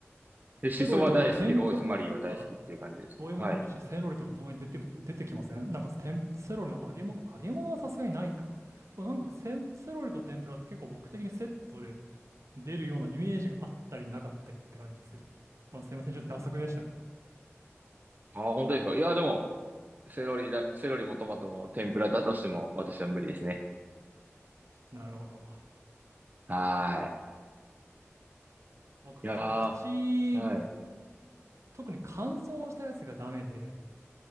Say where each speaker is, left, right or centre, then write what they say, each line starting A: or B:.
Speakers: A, on the right (about 35°); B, on the right (about 85°).
A: で、
B: セロリとか天ぷらのなんか、
A: シソは大好き、ローズマリーは大好きっていう感じです。
B: そういうものとしてセロリとかたまに出て、
A: はい。
B: 出てきませんなんか天セロリの揚げ物、揚げ物はさすがにないか。でもなんかセン、セロリと天ぷらって結構僕的にセットで出るようなイメージがあったりなかったりって感じですけど。まあすいません、ちょっと打足でしたね。
A: ああ、本当ですか。いや、でも、セロリだ、セロリもトマトも天ぷらだとしても私は無理ですね。
B: なるほど。
A: はい。
B: 僕、
A: いやー、
B: パクチ
A: はい。
B: ー、特に乾燥したやつがダメで、